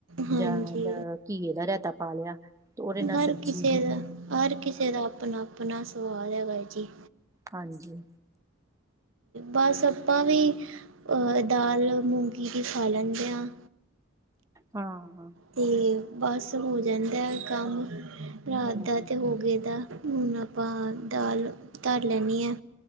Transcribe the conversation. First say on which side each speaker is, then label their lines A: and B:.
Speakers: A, on the right (about 70°); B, on the right (about 15°).
A: ਹਾਂਜੀ,
B: ਜਾਂ ਅ, ਘੀਏ ਦਾ ਰਾਇਤਾ ਪਾ ਲਿਆ ਤੇ ਉਹਦੇ ਨਾਲ
A: ਹਰ
B: ਸਬਜ਼ੀ
A: ਕਿਸੇ ਦਾ, ਹਰ ਕਿਸੇ ਦਾ ਆਪਣਾ ਆਪਣਾ ਸਵਾਲ ਹੈਗਾ ਜੀ।
B: ਹਾਂਜੀ
A: ਬਸ, ਆਪਾਂ ਵੀ ਦਾਲ ਮੂੰਗੀ ਦੀ ਖਾ ਲੈਂਦੇ ਹਾਂ।
B: ਹਾਂ ਹਾਂ
A: ਤੇ ਬਸ ਹੋ ਜਾਂਦਾ ਕੰਮ, ਰਾਤ
B: ਹਮ
A: ਦਾ ਤੇ ਹੋ ਗਏ ਦਾ ਹੁਣ ਆਪਾਂ ਦਾਲ ਧਰ ਲੈਂਨੀ ਆ।